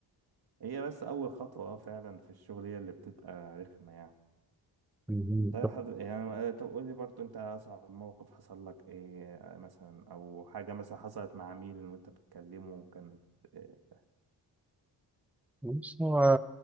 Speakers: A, on the right; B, in the centre.
A: هي بس اول خطوه اه فعلا في الشغل هي اللي بتبقى رخمه يعني
B: مهم.
A: طيب حضر... يعني طب قول لي برضو انت اصعب موقف حصل لك ايه مثلا او حاجه مثلا حصلت مع عميل وانت بتكلمه كانت إيه؟
B: بص هو